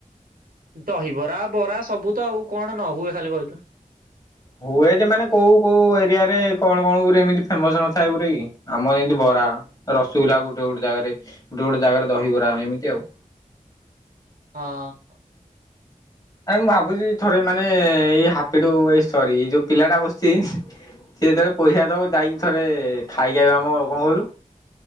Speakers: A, on the right; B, on the left.
A: ଦହିବରା ବରା ସବୁ ତ ଆଉ କଣ ନ ହୁଏ ଖାଲି କହିଲୁ।
B: ହୁଏ ଯେ ମାନେ କୋଉ କୋଉ ଏରିଆ ରେ କଣ କଣ ଗୋରେ ଏମିତି ଫେମସ ନଥାଏ ଗୋରେ ଗି। ଆମର ଏମିତି ବରା ରସଗୁଲା ଗୋଟେ ଗୋଟେ ଜାଗାରେ ଗୋଟେ ଗୋଟେ ଜାଗାରେ ଦହିବରା ଏମିତି ଆଉ।
A: ହଁ।
B: ଆରେ ମୁଁ ଭାବୁଛି ଥରେ ମାନେ ଏଇ ହାପିଡୁ ଏଇ ସରି ଏ ଯୋଉ ପିଲାଟା ବସଚି ସେ ଯେତେବେଳେ ପଇସା ଦବ ଯାଇକି ଥରେ ଖାଇକି ଆଇବା ଆମ କଣ କହିଲୁ